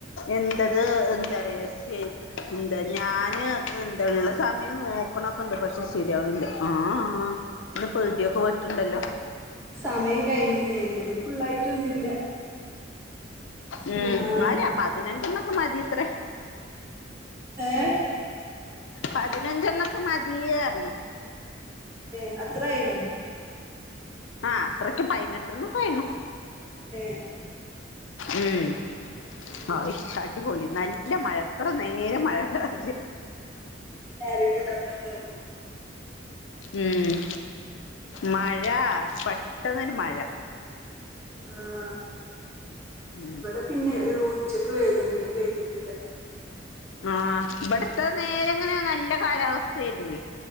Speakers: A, on the left; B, on the right.
A: എന്റത് എന്താ റ്യോ <unintelligible> എന്താ ഞാന് എന്താ ള്ള സമയം നോക്കണൊക്കെ ണ്ട് പഷേ ശെരിയാവ്ണില്ല ആഹ്. ആഹ് ഇന്ന് പ്ടിയൊക്കെ വെട്ട്ണ്ടല്ലോ?
B: സമയം കഴ്ഞ്ഞില്ലേ എന്റെത് ഫുള്ളായിറ്റൊന്നുല്ല.
A: ഉം
B: ആഹ്
A: ന്നാല പതിനഞ്ചെണ്ണൊക്കെ മതിത്രേ.
B: ഏഹ്
A: പതിനഞ്ചെണ്ണൊക്കെ മദീഅർന്നു.
B: ഏ അത്രയിനോ
A: ആഹ് അത്രക്ക് പയ്നെട്ടണോക്കെ ആയിണ്ണു.
B: ഏ
A: ഉം
B: ഉം
A: ആയിശ് അടിപൊളി നല്ല മഴ ഇത്രനേരം മഴയില്ലാതില്ല
B: കേറീട്ടുണ്ടാവുല്ലല്ലേ
A: ഉം മഴ പെട്ടെന്നൊരു മഴ
B: ആഹ്
A: ഉം
B: ഇബ്ടെ പിന്നെ ഉച്ചക്ക് പെയ്താ പിന്നെ പെയ്തിട്ടില്ല.
A: ആഹ് ഇവ്ടെത്തെ നേരെങ്ങനെ നല്ല കാലാവസ്ഥയാരുന്നെ.